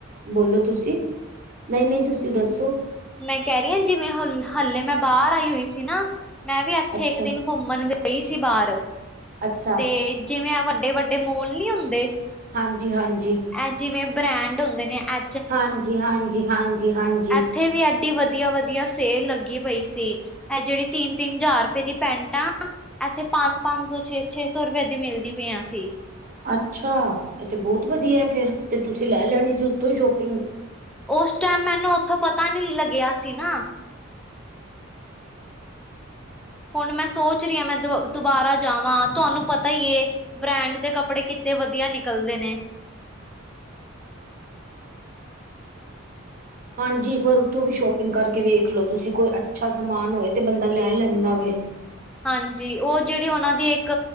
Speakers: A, on the right; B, in the centre.
A: ਬੋਲੋ ਤੁਸੀਂ ਨਹੀਂ, ਨਹੀਂ ਤੁਸੀਂ ਦੱਸੋ?
B: ਮੈਂ ਕਹਿ ਰਹੀ ਹਾਂ। ਜਿਵੇਂ- ਹ ਹਲੇੇ ਮੈਂ ਬਾਹਰ ਆਈ ਹੋਈ ਸੀ ਨਾ ਮੈਂ ਵੀ ਏਥੇ
A: ਅੱਛਾ
B: ਇੱਕ ਦਿਨ ਘੁੰਮਣ ਗਈ ਸੀ ਬਾਹਰ
A: ਅੱਛਾ
B: ਤੇ ਜਿਵੇਂ-ਆ ਵੱਡੇ, ਵੱਡੇ ਮੋਲ ਨੀ ਹੁੰਦੇ
A: ਹਾਂਜੀ, ਹਾਂਜੀ।
B: ਏ ਜਿਵੇਂ ਬ੍ਰੈਂਡ ਹੁੰਦੇ ਨੇ ਐ
A: ਹਾਂਜੀ, ਹਾਂਜੀ, ਹਾਂਜੀ, ਹਾਂਜੀ
B: ਏਥੇ ਵੀ ਐਡੀ ਵਧੀਆ, ਵਧੀਆ ਸੇਲ ਲੱਗੀ ਪਈ ਸੀ। ਐ ਜਿਹੜੀ ਤਿੰਨ, ਤਿੰਨ ਹਜ਼ਾਰ ਰੁਪਏ ਦੀ ਪੈਂਟ ਆ ਇੱਥੇ ਪੰਜ-ਪੰਜ ਸੌ, ਛੇ-ਛੇ ਸੌ ਰੁਪਏ ਦੀ ਮਿਲਦੀ ਪਈਆਂ ਸੀ।
A: ਅੱਛਾ, ਐਤੇ ਬੌਤ ਵਧੀਆ ਫੇਰ ਤੇ ਤੁਸੀਂ ਲੈ ਲੈਣੀ ਸੀ। ਉੱਥੋਂ ਹੀ ਸ਼ੋਪਿੰਗ
B: ਓਸ ਟਾਈਮ ਮੈਨੂੰ ਉੱਥੋਂ ਪਤਾ ਨੀ ਲੱਗਿਆ ਸੀ ਨਾ ਹੁਣ ਮੈਂ ਸੋਚ ਰਹੀ ਹਾਂ। ਮੈਂ ਦੁ ਦੁਬਾਰਾ ਜਾਵਾਂ ਤੁਹਾਨੂੰ ਪਤਾ ਹੀ ਏ ਬ੍ਰੈਂਡ ਦੇ ਕੱਪੜੇ ਕਿੱਤੇ ਵਧੀਆ ਨਿਕਲਦੇ ਨੇ।
A: ਹਾਂਜੀ, ਇੱਕ ਵਾਰ ਉੱਥੋਂ ਵੀ ਸ਼ੋਪਿੰਗ ਕਰਕੇ ਵੇਖ ਲੋ। ਤੁਸੀਂ ਕੋਈ ਅੱਛਾ ਸਮਾਨ ਹੋਵੇ ਤੇ ਬੰਦਾ ਲੈ ਲੈਂਦਾ ਵੇ।
B: ਹਾਂਜੀ, ਓ ਜੇੜੀ ਉਨਾਂ ਦੀ ਇੱਕ